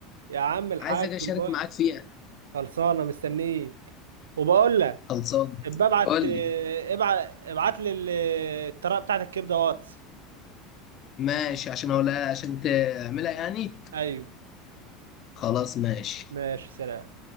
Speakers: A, on the right; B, on the left.
A: يا عم الحاج
B: عايز اجي اشارك
A: الباي
B: معاك فيها
A: خلصانه مستنيك وبقول لك
B: خلصان
A: ابقى ابعت
B: قول لي
A: ابعت ابعت لي الطريقه بتاعت الكبده واتس
B: ماشي عشان اقولها عشان تعملها يعني
A: ايوه
B: خلاص ماشي
A: ماشي سلام